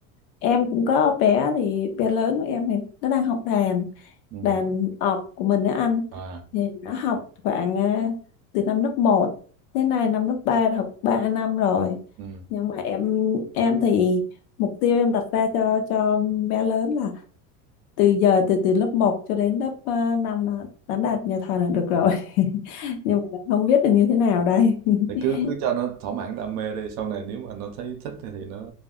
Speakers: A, on the left (about 70°); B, on the right (about 50°).
A: Em cũng có bé thì bé lớn của em thì nó đang học đàn
B: ừ
A: đàn ọt của mình đó anh
B: à
A: thì nó học khoảng à, từ năm lớp một thế này năm lớp ba học ba năm rồi
B: ừ
A: nhưng mà em em thì mục tiêu em đặt ra cho cho bé lớn là từ giờ từ từ lớp một cho đến lớp à, 5 là đánh đạt nhà thờ là được rồi <laughs> nhưng mà không biết là như thế nào đây <laughs>
B: thì cứ cứ cho nó thỏa mãn đam mê đi sau này nếu mà nó thấy thích thì, thì nó